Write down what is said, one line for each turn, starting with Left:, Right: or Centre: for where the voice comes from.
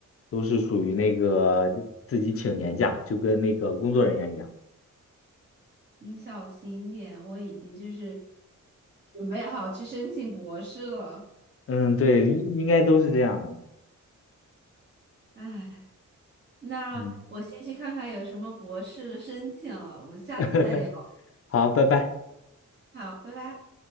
Left: 都是属于那个自己请年假，就跟那个工作人员一样。
Right: 你小心点，我已经就是准备好去申请博士了。
Left: 嗯，对，应应该都是这样的。
Right: 唉，那我先去看看有什么博士的申请了，
Left: 嗯，
Right: 我们下次再聊。
Left: <laughs> 好，拜拜。
Right: 好，拜拜。